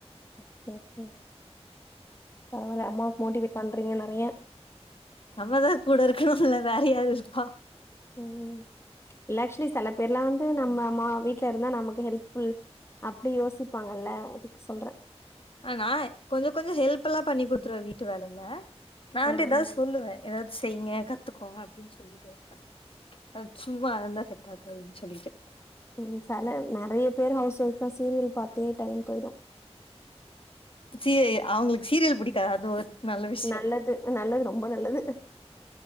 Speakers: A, on the left; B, on the left.
A: ஓகே ஓகே பரவால்ல அம்மாவுக்கு மோட்டிவேட் பண்றீங்களா <unintelligible>
B: நம்மதான் கூட இருக்கணுல்ல வேற யாரு இருப்பா
A: ம் இல்ல ஆக்சுவலி சில பேர்லாம் வந்து நம்ம மா வீட்ல இருந்தா நமக்கு ஹெல்ப்ஃபுல் அப்படி யோசிப்பாங்கல்ல அதுக்கு சொல்றேன்
B: ஆனா கொஞ்சம் கொஞ்சம் ஹெல்ப்லாம் பண்ணி குடுத்துருவேன் வீட்டு வேலையில நான்
A: ஆ
B: வந்து ஏதாவது
A: ஆ
B: சொல்லுவேன் ஏதாவது செய்ங்க கத்துக்கோங்க அப்படின்னு சொல்லிட்டே இருப்பேன் சும்மா <unintelligible> செட் ஆகாதுன்னு சொல்லிட்டு
A: ம் சில நெறைய பேர் ஹவுஸ் ஒயஃப்லாம் சீரியல் பாத்தே டைம் போயிடும்
B: <unintelligible> அவங்களுக்கு சீரியல் புடிக்காது அது ஒரு நல்ல விஷயோ
A: நல்லது நல்லது ரொம்ப நல்லது